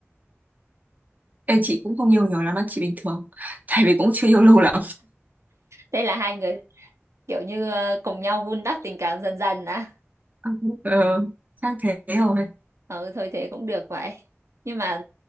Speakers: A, on the right; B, on the right.
A: Em chị cũng không yêu nhiều lắm, á, chị bình thường. <laughs> Tại vì cũng chưa yêu lâu lắm.
B: thế là hai người kiểu như ờ, cùng nhau vun đắp tình cảm dần dần á
A: <laughs> Ờ, chắc thế rồi.
B: ừ thôi thế cũng được vậy nhưng mà